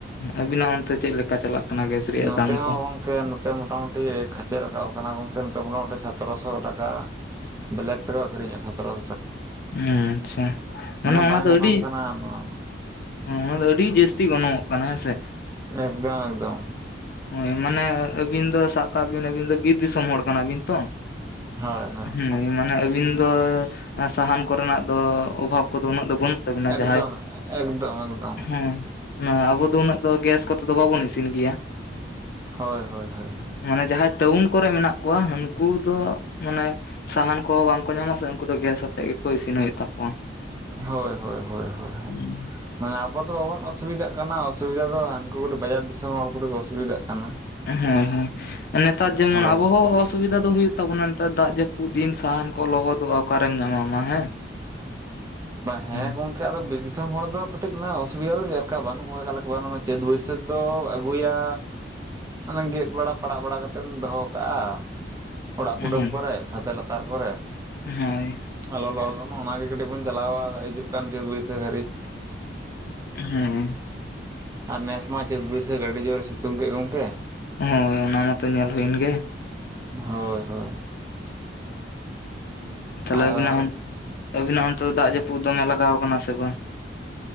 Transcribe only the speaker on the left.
ᱟᱵᱤᱱᱟᱜ ᱚᱱᱛᱮ ᱪᱮᱫ ᱞᱮᱠᱟ ᱪᱟᱞᱟᱜ ᱠᱟᱱᱟ ᱜᱮᱥ ᱨᱮᱭᱟᱜ
ᱫᱟᱢ
ᱠᱚ
ᱦᱩᱸ ᱟᱪᱪᱷᱟ ᱢᱟᱱᱮ
ᱚᱱᱟ ᱫᱚ
ᱟᱹᱰᱤ
ᱚᱱᱟ ᱫᱚ ᱟᱹᱰᱤ ᱡᱟᱹᱥᱛᱤ ᱜᱚᱱᱚᱝᱚᱜ ᱠᱟᱱᱟ᱾ ᱦᱮᱸᱥᱮ?
ᱦᱳᱭ ᱢᱟᱱᱮ ᱟᱹᱵᱤᱱ ᱫᱚ ᱥᱟᱵ ᱠᱟᱜᱵᱤᱱ ᱟᱹᱵᱤᱱ ᱫᱚ ᱵᱤᱨ ᱫᱤᱥᱚᱢ ᱦᱚᱲ ᱠᱟᱱᱟᱵᱤᱱ ᱛᱚ᱾
ᱦᱳᱭ ᱢᱟᱱᱮ ᱟᱹᱵᱤᱱ ᱫᱚ ᱥᱟᱦᱟᱱ ᱠᱚᱨᱮᱱᱟᱜ ᱫᱚ ᱚᱵᱷᱟᱵ ᱠᱚᱫᱚ ᱩᱱᱟᱹᱜ ᱫᱚ ᱵᱟᱹᱱᱩᱜ ᱛᱟᱵᱤᱱᱟ
ᱡᱟᱸᱦᱟᱸᱭ
ᱦᱩᱸ ᱚᱱᱟ ᱟᱵᱚ ᱫᱚ ᱩᱱᱟᱹᱜ ᱫᱚ ᱜᱮᱥ ᱠᱚᱛᱮ ᱫᱚ ᱵᱟᱵᱚᱱ ᱤᱥᱤᱱ ᱜᱮᱭᱟ᱾
ᱢᱟᱱᱮ ᱡᱟᱸᱦᱟᱸᱭ ᱴᱟᱣᱩᱱ ᱠᱚᱨᱮ ᱢᱮᱱᱟᱜ ᱠᱚᱣᱟ ᱩᱱᱠᱩ ᱫᱚ ᱢᱟᱱᱮ ᱥᱟᱦᱟᱱ ᱠᱚᱦᱚᱸ ᱵᱟᱝᱠᱚ ᱧᱟᱢᱟ ᱥᱮ ᱩᱱᱠᱩ ᱫᱚ ᱜᱮᱥ ᱟᱛᱮᱜ ᱜᱮᱠᱚ ᱤᱥᱤᱱ ᱦᱩᱭᱩᱜ ᱛᱟᱠᱚᱣᱟ᱾
ᱦᱩᱸ
ᱦᱩᱸ ᱦᱩᱸ ᱱᱮᱛᱟᱨ ᱡᱮᱢᱚᱱ
ᱟᱵᱚ ᱦᱚᱸ ᱚᱥ ᱥᱩᱵᱤᱫᱟ ᱫᱚ ᱦᱩᱭᱩᱜ ᱛᱟᱵᱚᱱᱟ ᱱᱮᱛᱟᱨ ᱫᱟᱜ ᱡᱟᱹᱯᱩᱫ ᱫᱤᱱ ᱥᱟᱦᱟᱱ ᱠᱚ ᱞᱚᱦᱚᱫᱚᱜᱼᱟ ᱚᱠᱟᱨᱮᱢ ᱧᱟᱢᱟ ᱢᱟ ᱦᱮᱸ᱾
ᱦᱩᱸ
ᱦᱮᱸ
ᱦᱳᱭ
ᱦᱩᱸ
ᱦᱳᱭ ᱚᱱᱟ ᱢᱟᱛᱚ ᱧᱮᱞ ᱦᱩᱭᱮᱱ ᱜᱮ᱾
ᱛᱟᱦᱞᱮ
ᱟᱹᱵᱤᱱᱟᱜ ᱟᱹᱵᱤᱱᱟᱜ ᱚᱱᱛᱮ ᱫᱚ ᱫᱟᱜ ᱡᱟᱹᱯᱩᱫ ᱫᱚᱢᱮ ᱞᱟᱜᱟᱣ ᱠᱟᱱᱟ ᱥᱮ ᱵᱟᱝ?